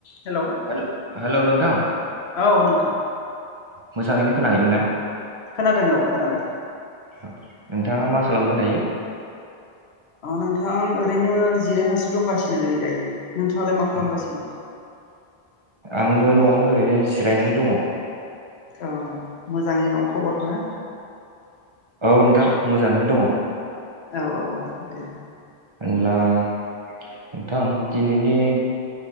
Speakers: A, on the left; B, on the right.
A: Hello
B: hello hello नोंथां
A: औ नोंथां
B: मोजाङैनो खोनाहैदों ना
A: खोनादों औ खोनादों
B: औ नोंथाङा मा खालामदों दायो?
A: नोंथां ओरैनो जिरायनासो दंगासिनोलै दायो नोंथाङालाय मा खालामगासिनो
B: औ आंबो न'आवनो ओरैनो जिरायनानै दङ
A: औ मोजाङै दं खबरफोरा
B: औ नोंथां मोजाङैनो दङ
A: औ औ दे
B: होनब्ला नोंथां दिनैनि